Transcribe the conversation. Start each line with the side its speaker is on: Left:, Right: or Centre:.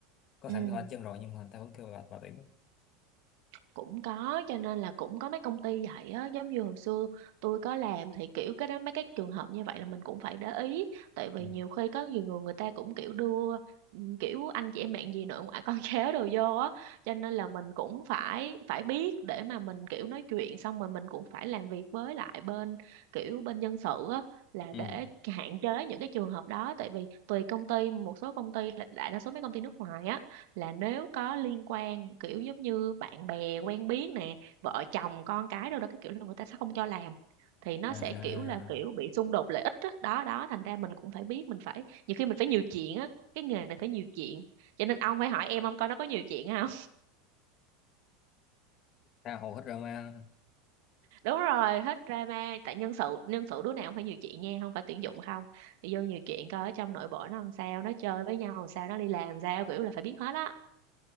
Left: có
Right: Ừ.
Left: sẵn cái bàn chân rồi nhưng mà người ta vẫn kêu là bà tuyển á.
Right: cũng có cho nên là cũng có mấy công ty vậy á giống như hồi xưa tôi có làm thì kiểu cái đó mấy cái trường hợp như vậy là mình cũng phải để ý tại vì
Left: ừ.
Right: nhiều khi có nhiều người người ta cũng kiểu đưa ừm, kiểu anh chị em bạn gì nội ngoại con <laughs> cháu đồ vô á cho nên là mình cũng phải phải biết để mà mình kiểu nói chuyện xong rồi mình cũng phải làm việc với lại bên kiểu bên nhân sự á là
Left: ừ.
Right: để hạn chế những cái trường hợp đó tại vì tùy công ty một số công ty là đại đa số mấy công ty nước ngoài á là nếu có liên quan kiểu giống như bạn bè quen biết nè vợ chồng con cái đâu đó cái kiểu là người ta sẽ không cho làm thì nó
Left: à
Right: sẽ kiểu là kiểu bị xung đột lợi ích đó đó, đó. thành ra mình cũng phải biết mình phải nhiều khi mình phải nhiều chuyện á cái nghề này phải nhiều chuyện cho nên ông phải hỏi em ông coi nó có nhiều chuyện không
Left: tha hồ hết drama
Right: <laughs> đúng rồi hết drama tại nhân sự nhân sự đứa nào cũng phải nhiều chuyện nha không phải tuyển dụng không đi vô nhiều chuyện coi ở trong nội bộ nó làm sao nó chơi với nhau làm sao nó đi làm sao kiểu là phải biết hết á